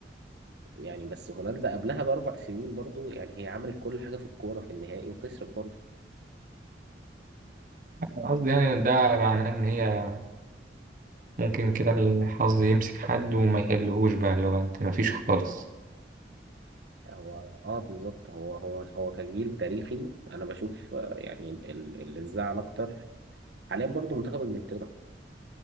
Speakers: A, on the right; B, on the right.
A: يعني بس هولندا قبلها بأربع سنين برضو يعني هي عملت كل حاجة في الكورة في النهائي وخسرت برضو
B: أنا قصدي يعني ده معناه إن هي ممكن كده الحظ يمسك حد وما يحلهوش بقى اللي هو أنت مفيش خالص
A: هو اه بالظبط هو هو هو كجيل تاريخي أنا بشوف آه، يعني ال- ال- اللي زعل أكتر حاليا برضو منتخب إنجلترا